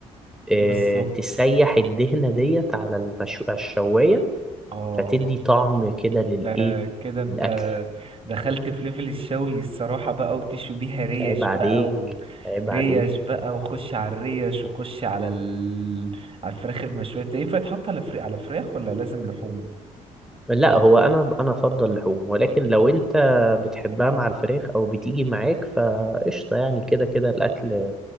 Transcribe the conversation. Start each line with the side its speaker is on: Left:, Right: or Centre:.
Centre: آه،
Right: بالظبط
Centre: تسيح الدهنة ديت على المشو... على الشواية
Right: اه
Centre: فتدي طعم كده للإيه
Right: ده كده انت
Centre: للأكل
Right: دخلت في ليفل الشوي الصراحة بقى وتشوي بيها ريش
Centre: عيب عليك
Right: بقى و
Centre: عيب
Right: ريش
Centre: عليك
Right: بقى وخش على الريش وخش على ال... على الفراخ المشوية انت ينفع يتحط على فري... على فراخ ولا لازم لحوم
Centre: لا هو أنا أنا أفضل لحوم ولكن لو أنت بتحبها مع الفراخ أو بتيجي معاك فقشطة يعني كده كده الأكل